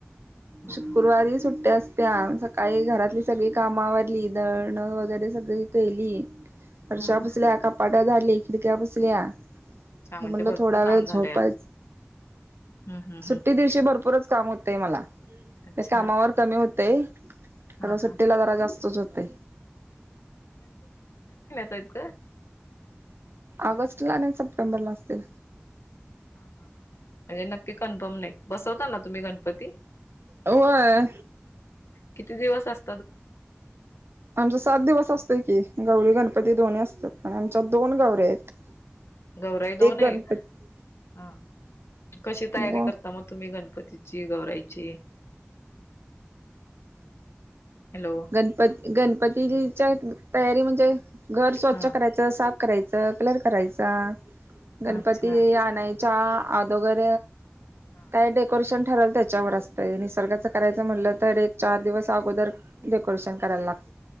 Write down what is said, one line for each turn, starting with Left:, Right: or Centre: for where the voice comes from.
Left: हा
Right: शुक्रवारी
Left: हा
Right: सुट्टया आस त्या सकाळी घरातली सगळी काम आवरली दळणं वगैरे सगळी केली. फर्षा
Left: हा हा
Right: पूसल्या, कपाट झाडकी, खिडक्या पुसल्या
Left: अच्छा म्हणजे
Right: म्हणलं
Left: भरपूर
Right: थोडा
Left: काम
Right: वेळ
Left: झालंय
Right: झोपायच
Left: आज हम्म हम्म
Right: सुट्टी
Left: हम्म
Right: दिवशी भरपूरच काम होत ते मला
Left: अच्छा
Right: ते कामावर कमी होतय खर
Left: हा
Right: सुट्टीला
Left: हा
Right: जरा जास्तच होतय.
Left: ताक
Right: ऑगस्ट ला नाही सप्टेंबरला आसतील
Left: हा, हा म्हणजे नक्की कन्फर्म नाही बसवतो ना तुम्ही गणपती?
Right: होय
Left: किती दिवस आस
Right: आमचा सात दिवस असतोय कि गौरी गण पती दोन्ही आसत्यात आणि आमच्या दोन गौवर्या आहेत.
Left: गौराई दोन
Right: एक
Left: आहे
Right: गणपती
Left: हा कशी तयारी
Right: हो
Left: करता मग तुम्ही गणपतीची गौराईची? हॅलो.
Right: गणपती गणपती जीच्या तयारी म्हणजे घर स्वच्छ
Left: हा
Right: करायचं साफ करायचं कलर करायचा गणपती
Left: अच्छा
Right: आणाय च्या आदोगर
Left: हा.
Right: काय डेकोरेशन ठरल त्याच्यावर असतंय निसर्गाचं करायचं म्हटलं तर एक चार दिवस आगोदर डेकोरेशन कराय लागते